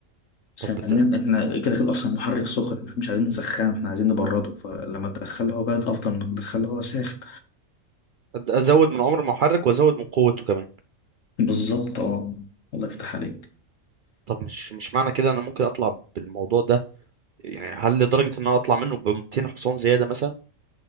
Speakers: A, on the right (about 60°); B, on the left (about 75°).
A: طب
B: ثانيا
A: بت-
B: احنا كده كده اصلا المحرك سخن مش عايزين نسخنه احنا عايزين نبرده فلما تدخله هو بارد افضل ما تدخله هو ساخن
A: أد- ازود من عمر المحرك وازود من قوته كمان
B: بالظبط اه الله يفتح عليك
A: طب مش مش معنى كده انا ممكن اطلع بالموضوع ده يعني هل لدرجه ان انا اطلع منه ب 200 حصان زياده مثلا